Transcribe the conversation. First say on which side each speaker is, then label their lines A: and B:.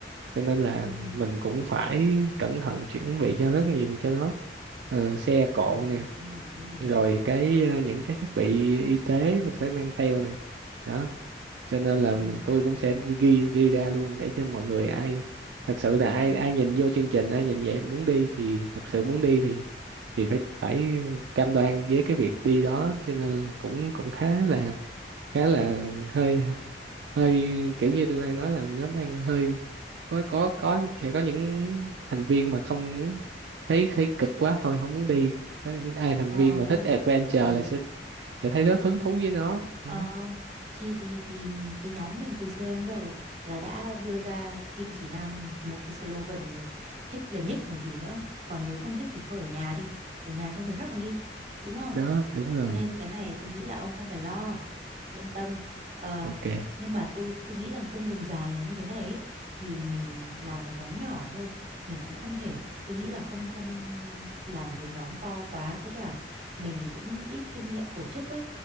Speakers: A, on the right; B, on the right.
A: cho nên là
B: ừ.
A: mình cũng phải cẩn thận chuẩn bị cho rất nhiều cho nó Ờ, xe cộ
B: Ờ,
A: nè
B: tôi hiểu tôi hiểu
A: rồi cái ờ, những cái thiết bị y tế mình phải mang theo nè đó cho nên là
B: ừ.
A: tôi cũng sẽ ghi đi ra luôn để cho mọi người ai thật sự là ai ai nhìn vô chương trình ai nhìn vậy muốn đi thì thật sự muốn đi thì thì phải phải cam đoan với cái việc đi đó cho nên là cũng cũng khá là khá là hơi hơi kiểu như tôi đang nói là nó đang hơi có có có sẽ có những thành viên mà không muốn thấy thấy cực quá thôi không muốn đi có những ai thành
B: trời
A: viên mà
B: ơi
A: thích adventure
B: thì
A: là sẽ sẽ thấy rất hứng thú với nó ừ,
B: Ờ, thì thì thì cái nhóm mình từ xưa đến giờ là đã đưa ra Kim Chỉ Nam một cái slogan rồi thích là nhích còn gì nữa còn nếu không thích thì thôi ở nhà đi ở nhà cho người khác còn đi đúng không
A: đó đúng rồi
B: cho nên cái này tôi nghĩ là ông không phải lo yên tâm Ờ,
A: ok
B: nhưng mà tôi tôi nghĩ rằng cung đường dài như thế này ấy, thì mình làm một nhóm nhỏ thôi mình cũng không thể tôi nghĩ là không không làm một cái nhóm to quá với cả mình cũng ít kinh nghiệm tổ chức ấy